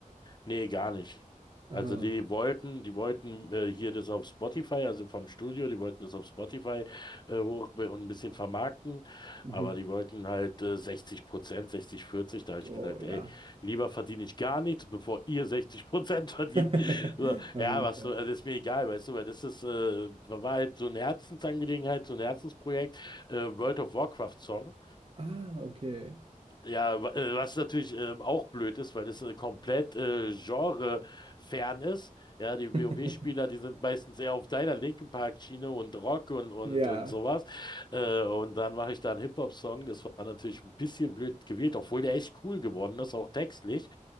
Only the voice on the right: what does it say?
Ah,
mhm.
Oh,
ja.
<laughs>
Auf
jeden
Fall.
Ah, okay.
<laughs>
Ja.